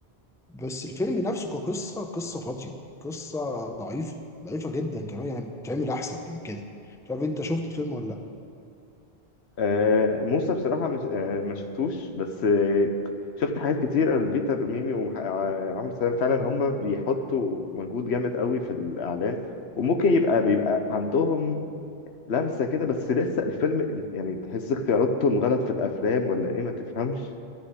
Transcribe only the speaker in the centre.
بس الفيلم نفسه كقصة قصة فاضية قصة ضعيفة ضعيفة جدا كمان يعني بتعمل أحسن من كده مش عارف أنت شفت الفيلم ولا